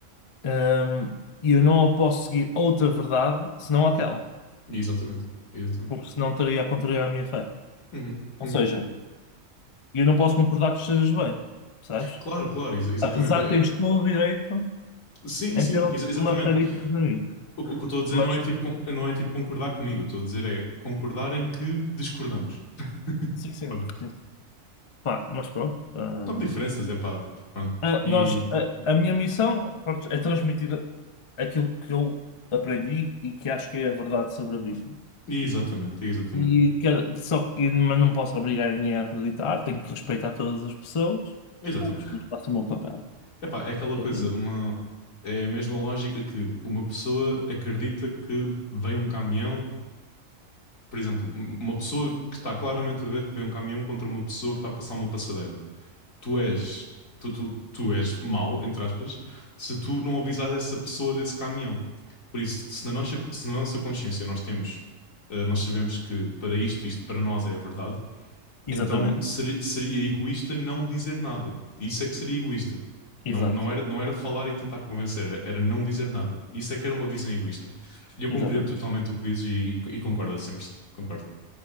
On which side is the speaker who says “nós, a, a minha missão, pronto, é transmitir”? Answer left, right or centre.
Left